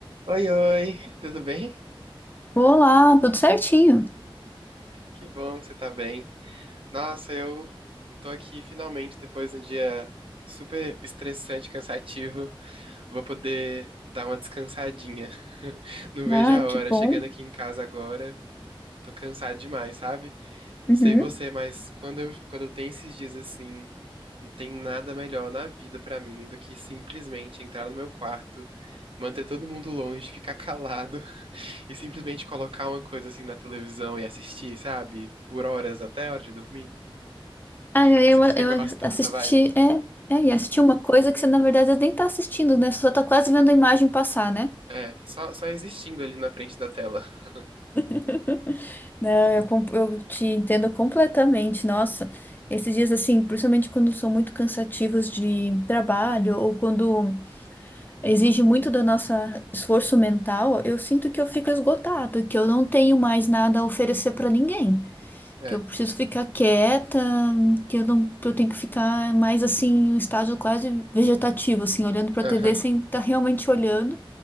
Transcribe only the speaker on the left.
Olá, tudo certinho.
Ai,
que bom.
Uhum.
Ah, eu,
eu
assisti,
é, é, e assisti uma coisa que você, na verdade, nem tá assistindo, né? Você só tá quase vendo a imagem passar, né?
<laughs> Não, eu, com- eu te entendo completamente. Nossa, esses dias, assim, principalmente quando são muito cansativos de trabalho ou quando exige muito do nosso esforço mental, eu sinto que eu fico esgotado, que eu não tenho mais nada a oferecer para ninguém.
que eu preciso ficar quieta, que eu não, que eu tenho que ficar mais assim, em um estágio quase vegetativo, assim, olhando para
a TV sem estar realmente olhando,